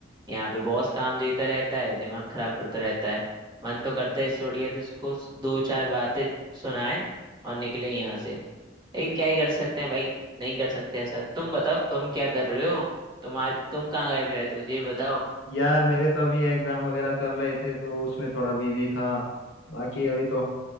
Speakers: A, on the right; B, on the left.
A: यहाँ पे बॉस काम देता रहता है दिमाग खराब करता रहता है मन तो करता है इससे बढ़िया तो इसको दो चार बातें सुनाए और निकले यहाँ से लेकिन क्या ही कर सकते हैं भाई नहीं कर सकते ऐसा तुम बताओ तुम क्या कर रहे हो तुम्हारी तुम कहाँ गायब रहते हो ये बताओ
B: यार मेरे तो अभी एग्जाम वगैरह चल रहे थे तो उसमें थोड़ा बिजी था बाकी अभी तो